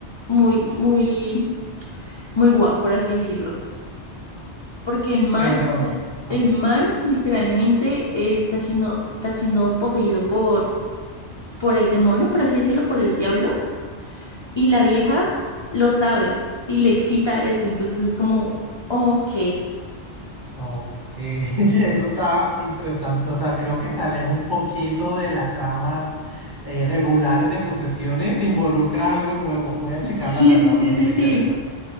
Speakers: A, on the left; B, on the right.
A: muy, muy, muy guapo, por así decirlo. Porque el man,
B: Pero,
A: o sea, el
B: ah.
A: man literalmente eh, está siendo, está siendo poseído por, por el demonio, por así decirlo, por el diablo Y la vieja lo sabe y le excita eso. Entonces es como, ok.
B: Ok, <laughs> y eso está interesante. O sea, creo que se aleja un poquito de las tramas eh, regulares de posesiones, involucra algo nuevo. Voy a checarla,
A: Sí,
B: la verdad,
A: sí, sí,
B: porque sí
A: sí,
B: me
A: sí.
B: interesa.